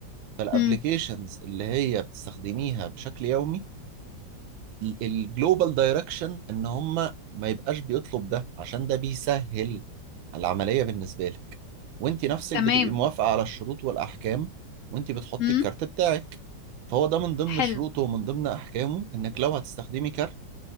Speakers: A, on the right; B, on the left.
A: فالابلكيشنز
B: امم
A: اللي هي بتستخدميها بشكل يومي الجلوبال دايركشن ان هم ما يبقاش بيطلب ده عشان ده بيسهل العمليه بالنسبه لك وانت نفسك
B: تمام
A: بتبقي موافقه على الشروط والاحكام وانت بتحطي
B: امم
A: الكارت بتاعك فهو ده من ضمن
B: حلو
A: شروطه ومن ضمن احكامه انك لو هتستخدمي كارت